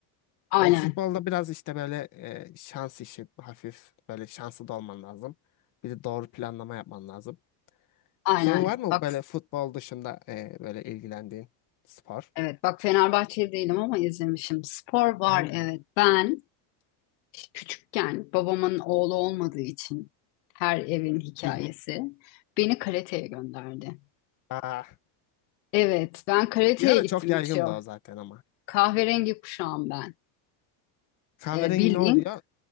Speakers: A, on the left (about 85°); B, on the left (about 35°).
A: Aynen,
B: O futbolda biraz işte böyle e, şans işi hafif böyle şanslı da olman lazım. Bir de doğru planlama yapman lazım.
A: aynen.
B: Senin var mı
A: Bak,
B: böyle futbol dışında e, böyle ilgilendiğin spor?
A: evet, bak Fenerbahçeli değilim ama izlemişim. Spor
B: Aynen.
A: var, evet. Ben Küçükken babamın oğlu olmadığı için her evin hikayesi
B: <laughs>
A: beni karateye gönderdi.
B: Aa,
A: Evet, ben karateye
B: bir ara
A: gittim
B: çok yaygındı
A: 3 yıl.
B: o zaten ama.
A: Kahverengi kuşağım ben.
B: Kahverengi
A: Ee, bildiğin
B: ne oluyor?